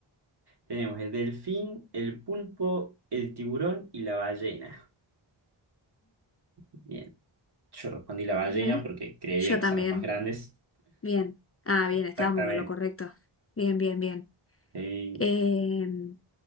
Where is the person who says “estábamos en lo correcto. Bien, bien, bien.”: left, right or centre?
Left